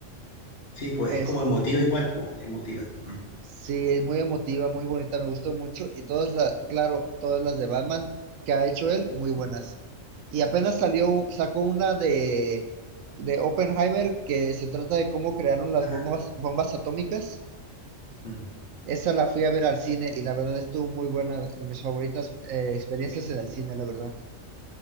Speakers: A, on the left; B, on the right.
A: Sí, pues
B: Es
A: es como emotiva igual, pues, emotiva. Mm,
B: Sí, es muy emotiva, muy bonita, me gustó mucho. Y todas las, claro, todas las de Batman que ha hecho él, muy
A: mm,
B: buenas. Y apenas salió, un- sacó una de, de Oppenheimer que se trata de cómo crearon las
A: ah,
B: bombas, bombas atómicas.
A: mm.
B: Esa la fui a ver al cine y la verdad estuvo muy buena, de de mis favoritas eh, experiencias
A: mm.
B: en el cine, la verdad.